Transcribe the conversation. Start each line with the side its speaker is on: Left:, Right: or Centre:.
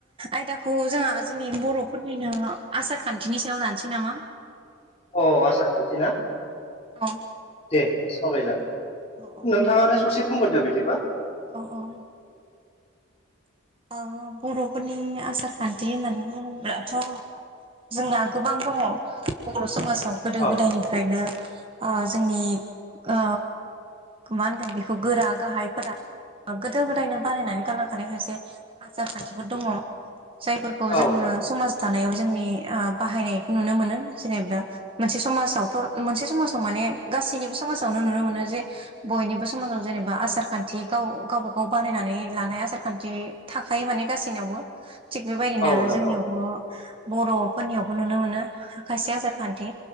Right: आयदाखौ जोंहा जोंनि बर'फोरनिनो आसार खान्थिनि सायाव लानोसै नामा? <inaudible>
Left: अ आसारखान्थि ना?
Right: औ
Left: दे सावरायजागोन।
Right: औ
Left: नोंथाङानो ससे बुंग्रोदो बिदिबा
Right: औ औ ओ बर'फोरनि आसारखान्थि होननानै बुङोबाथ' जोंना गोबां दङ बर' समाजाव गोदो
Left: औ
Right: गोदायनिफ्रायनो ओ जोंनि ओ मा होनगोन बेखौ गोरा गाहायफोरा गोदो गोदायनो बानायनानै गालांखानाय खायसे आसारखान्थिफोर दङ जायफोरखौ
Left: औ
Right: जोङो समाज जानायाव जोंनि ओ बाहायनायखौ नुनो मोनो जेनेबा मोनसे समाजावथ' मोनसे समाजाव माने गासैनिबो समाजावनो नुनो मोनो जे बयनिबो समाजाव जेनेबा आसार खान्थि गाव गावब गाव बा नायनानै लानाय आसारखान्थि थाखायो माने गासैनयावबो थिग बेबायदिनो
Left: औ नंगौ
Right: जोंनियावबो बर'फोरनियावबो नुनो मोनो खायसे आसार खान्थि